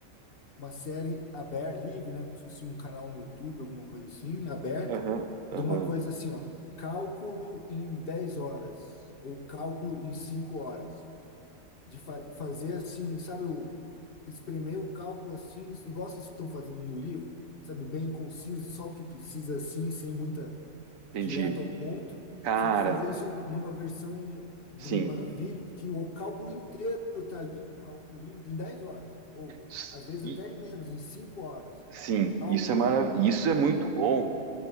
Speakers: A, on the left; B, on the right.
A: uma série aberta, livre, né? Como se fosse um canal no YouTube, alguma coisa assim, aberta,
B: aham,
A: de
B: aham,
A: uma coisa assim, ó, cálculo em 10 horas, ou cálculo em 5 horas. De fa- fazer assim, sabe, o, espremer o cálculo assim, igual vocês estão fazendo no livro, sabe, bem conciso, só o que precisa assim, sem muita
B: entendi.
A: direto ao ponto,
B: Cara,
A: só que fazer isso numa versão de
B: sim,
A: uma vídeo que o cálculo inteiro tá ali, o cálculo 1, em 10 horas, ou
B: s-
A: às vezes
B: e-
A: até em menos, em 5 horas.
B: sim,
A: Cálculo,
B: isso é marav
A: em-
B: isso é muito bom